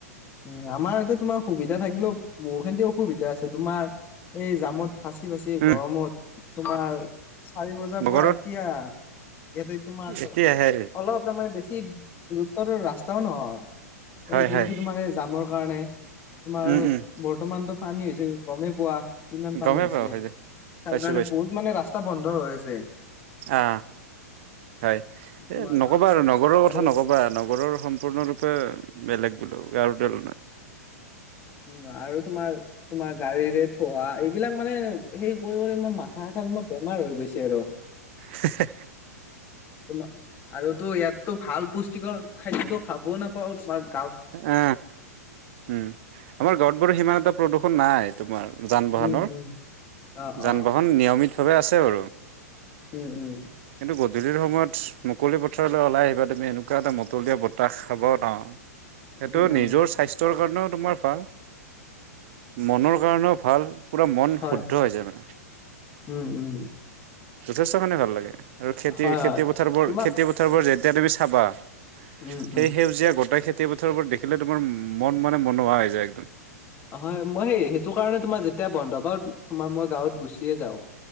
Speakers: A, on the left; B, on the right.
A: উ আমাৰ ইয়াতে তোমাৰ সুবিধা থাকিলেও বহুখিনি অসুবিধা আছে। তোমাৰ এই জামত ফাঁচি ফাচি
B: উম
A: গৰমত তোমাৰ চাৰি বজাৰ
B: বগৰত
A: পৰা এতিয়া। এইতিয়া তোমাৰ ত
B: এতিয়াহে
A: অলপ তাৰ মানে বেছি দূত্বৰ ৰাস্তাও নহয়
B: হয়
A: এই কিন্তু
B: হয়
A: তোমাৰ জামৰ কাৰণে তোমাৰ
B: উম উম
A: বৰ্তমানতটো পানী হৈছে গমেই পোৱা। কিমান পানী
B: গমেই
A: হৈছে
B: পাওঁ হয় দে
A: তাৰ
B: পাইছো
A: কাৰণে বহুত মানে ৰাস্তা বন্ধ হৈ আছে।
B: অ হয়
A: তোমাৰ
B: নকবা আৰু নগৰৰ কথা
A: আৰু
B: নক'বা নগৰৰ সম সম্পূৰ্ণ ৰূপে বেলেগ বোলো কাৰো ডালো নাই।
A: উম আৰু তোমাৰ তোমাৰ গাড়ীৰে থোৱা এইবিলাক মানে সেই কৰি কৰি ইাৰ মাথা খাৰ বেমাৰ হৈ গৈছে। আৰু-
B: হে
A: তোমাৰ আৰু তো ইয়াতো ভাল পুষ্টিকৰ খাদ্যতো খাবও নাপাও তোমাক-
B: অ উম আমাৰ ঘৰ বোৰো সিমান এটা প্ৰদূষণ নাই। তোমাৰ যান বাহনৰ
A: উম উম অ
B: যান
A: অ
B: বাহন নিয়মিতভাৱে আছে বাৰু-
A: উম উম
B: কিন্তু গধূলিৰ সময়ত মুকলি পথাৰলৈ ওলাই আহিবা তুমি এনেকুৱা এটা মতলীয়া বতাহ খাব নাৰওঁ সেইটো
A: উম উম
B: নিজৰ স্বাস্থ্যৰ কাৰণেও তোমাৰ ভাল। মনৰ কাৰণেও ভাল পুৰা মন
A: হয়
B: শুদ্ধ হৈ যায় মানে
A: উম উম
B: যথেষ্টখিনি ভাল লাগে। আৰু খেতি
A: হয় হয়
B: খেতিপথাৰবোৰ
A: তোমাক
B: খেতি পথাৰবোৰ যেতিয়া তুমি চাবা
A: উম
B: সেই
A: উম
B: সেউজীয়া গোটেই খেতি গোটেই পথাৰবোৰ দেখিলে তোমাৰ মন মানে মনোহোৱা হৈ যায় একদম
A: হয় মই সেই সেইটো কাৰণে তোমাৰ যেতিয়া বন্ধ পাওঁ তোমাৰ মই গাঁৱত গুচিয়ে যাওঁ-